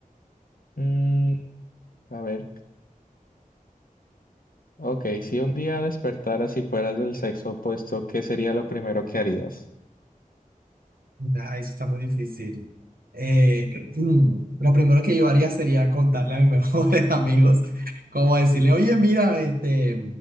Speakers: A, on the left (about 75°); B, on the right (about 85°).
A: Mm, a ver, ok, si un día despertaras y fueras del sexo opuesto, ¿qué sería lo primero que harías?
B: Ah, eso está muy difícil. Eh, <clears throat> lo primero que yo haría sería contarle a mis <laughs> mejores amigos, como decirle, oye, mira, este,